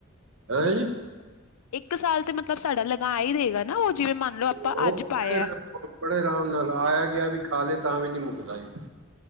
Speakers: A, on the right; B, on the left.
A: ਹੈ ਜੀ,
B: <inaudible> ਇੱਕ ਸਾਲ ਤੇ ਮਤਲਬ ਸਾਡਾ ਲਗਾ ਹੀ ਰਹੇਗਾ। ਨਾ ਉਹ ਜਿਵੇਂ ਮੰਨ ਲਓ, ਆਪਾਂ
A: ਉਹ
B: ਅੱਜ ਪਾਇਆ
A: ਬੜੇ ਬੜੇ ਆਰਾਮ ਨਾਲ ਆਇਆ ਗਿਆ ਵੀ ਖਾ ਲੇ ਤਾਂ ਵੀ ਨਹੀਂ ਮੁੱਕਦਾ ਜੀ।